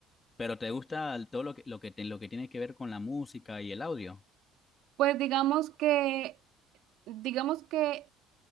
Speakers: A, on the left (about 20°); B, on the right (about 65°).
A: Pero te gusta el- todo lo que, lo que, te- lo que tiene que ver con la música y el audio.
B: Pues digamos que, digamos que...